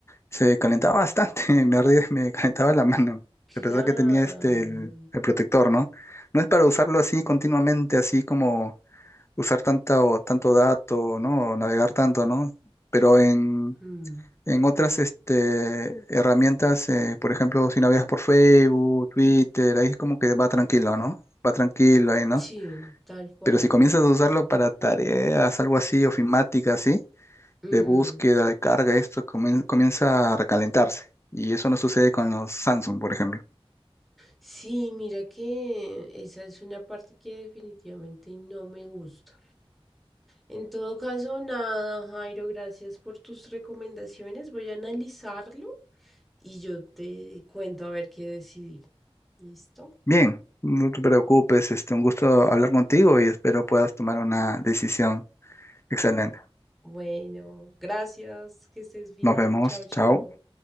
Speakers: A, on the left; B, in the centre.
A: Se calentaba bastante, <laughs> me ardía, me calentaba la mano,
B: Claro.
A: a pesar que tenía este el, el protector, ¿no? No es para usarlo así continuamente, así como usar tanto, tanto dato, ¿no? O navegar tanto, ¿no? Pero en,
B: Mm,
A: en otras este, herramientas, eh, por ejemplo, si navegas por Facebook, Twitter, ahí es como que va tranquilo, ¿no? Va tranquilo ahí, ¿no?
B: Sí, tal cual.
A: Pero si comienzas a usarlo para tareas, algo así, ofimática, así
B: Ujú.
A: de búsqueda, de carga, esto comien- comienza a recalentarse. Y eso no sucede con los Samsung, por ejemplo.
B: Sí, mira que esa es una parte que definitivamente no me gusta. En todo caso, nada, Jairo, gracias por tus recomendaciones. Voy a analizarlo y yo te cuento a ver qué decidí. ¿Listo?
A: Bien, no te preocupes, este, un gusto hablar contigo y espero puedas tomar una decisión excelente.
B: Bueno, gracias, que estés bien.
A: Nos vemos,
B: Chao, chao.
A: chao.